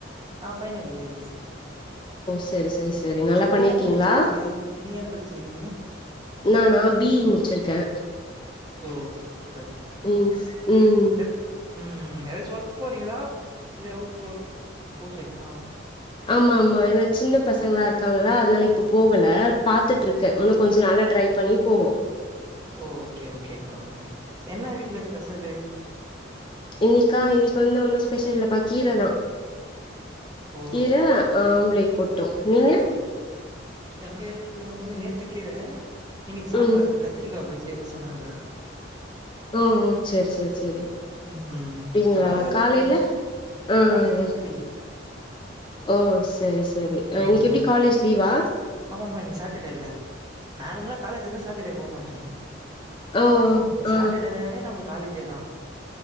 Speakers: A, on the right; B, on the left.
A: நா ஃபைனல் யேரு
B: சரி சரி சரி நல்லா பண்ணிருக்கீங்களா
A: நீங்க என்ன படிச்சிருக்கீங்க நீங்க என்ன படிச்சிருக்கிங்க
B: நானா பீ ஈ முட்ச்சிருக்கே
A: ஓ சூப்பரு
B: ம் ம்
A: எது ம் எதாச்சு ஒர்க் போறீங்களா இல்ல ஹவுஸ் ஒ ஹவுஸ் ஒய்ஃபா
B: ஆமா ஆமா ஏனா சின்னப் பசங்ளா இருக்காங்கல்ல அதனால இப்ப போகல பாத்துட்ருக்கே
A: ஓ
B: உன்னு கொஞ்ச நாள்ல ட்ரை பண்ணி போவோ
A: ஓ ஓகே ஓகேக்கா ஓகே என்ன வீட்ல ஸ்பெசலு
B: இன்னிக்கா இன்னிக் வந்து ஒன்னு ஸ்பெஷல் இல்லப்பா கீர தா
A: ஓ
B: கீர ஆம்லேட் போட்டோ நீங்க
A: எங்க வீட்ல வந்து நேத்து கீர இன்னிக்கு சாம்பாரு
B: ம்
A: கத்திரிக்கா பஜ்ஜி எதோ சொன்னாங்க
B: ஓ செரி செரி செரி
A: ம் ம்
B: அப்டிங்களா
A: நல்லாதா இருக்கு
B: காலையில அ அ
A: காலைல
B: அ
A: இட்லி
B: ஓ செரி செரி
A: ம்
B: அ இன்னிக்கெப்டி காலேஜ் லீவா
A: ஆமாமா இன்னிக்கி சாட்டடேல்ல நார்மலா காலேஜ் இர்ந்தா சாட்டடே போ மாட்டே
B: ஓ
A: சாட்டடேனாவே
B: ஆ
A: நம்மளுக்கு ஹாலிடே தா